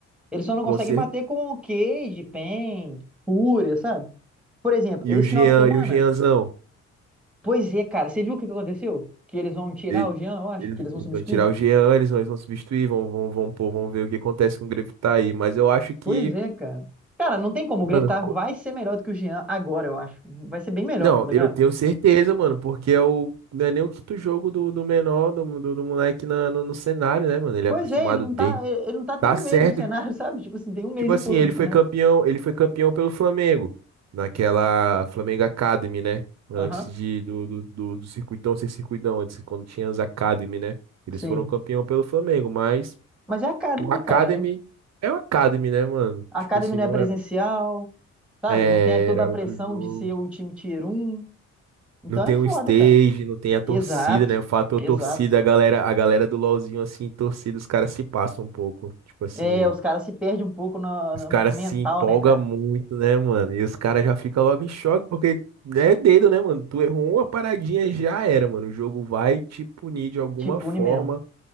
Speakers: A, in the centre; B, on the right (about 60°).
A: Eles só não
B: Com
A: conseguem
B: certeza.
A: bater com o Cage, Pen, Fúria, sabe? Por exemplo,
B: E
A: esse
B: o Jean,
A: final de semana?
B: e o Jeanzão?
A: Pois é, cara. Você viu o que que aconteceu? Que eles vão tirar
B: E-
A: o Jean, eu acho,
B: eles,
A: que eles vão
B: eles
A: substituir.
B: vão tirar o Jean, eles vão, eles vão substituir, vão, vão, vão, pôr, vão ver o que acontece com o Grevitar aí. Mas eu acho que,
A: Pois é, cara. Cara, não tem como.
B: mano.
A: O Grevtar vai ser melhor do que o Jean agora, eu acho. Vai ser bem melhor,
B: Não,
A: tá ligado?
B: eu tenho certeza, mano, porque é o, não é nem o quinto jogo do, do menor, do, do, do moleque na, no, no cenário, né, mano? Ele
A: Pois
B: é acostumado
A: é, ele não
B: de.
A: tá, ele ele não tá tem
B: Tá
A: um
B: certo.
A: mês no cenário, <laughs> sabe? Tipo assim, tem um mês
B: Tipo
A: e
B: assim,
A: pouco
B: ele
A: no cenário.
B: foi campeão, ele foi campeão pelo Flamengo, naquela Flamengo Academy, né? Antes
A: Aham,
B: de, do, do, do, do circuitão ser circuitão, antes, quando tinha as Academy, né? Eles
A: sim.
B: foram campeão pelo Flamengo, mas
A: Mas é a Academy,
B: o
A: né,
B: Academy
A: cara?
B: é o Academy, né, mano?
A: A
B: Tipo
A: Academy
B: assim,
A: não
B: não
A: é presencial,
B: é.
A: sabe?
B: É,
A: Não tem toda
B: era
A: a pressão
B: outro jogo.
A: de ser o time Tier um. Então
B: Não tem
A: é foda,
B: um stage,
A: cara.
B: não tem a torcida,
A: Exato,
B: né? O fator
A: exato.
B: torcida, a galera, a galera do LoLzinho, assim, torcida, os caras se passam um pouco. Tipo assim,
A: É, os caras se perdem um pouco no,
B: os
A: no-
B: caras
A: no mental,
B: se empolgam
A: né, cara?
B: muito, né, mano? E os caras já ficam logo em choque, porque é dedo, né, mano? Tu errou uma paradinha, já era, mano. O jogo vai te punir de alguma
A: Te pune
B: forma.
A: mesmo.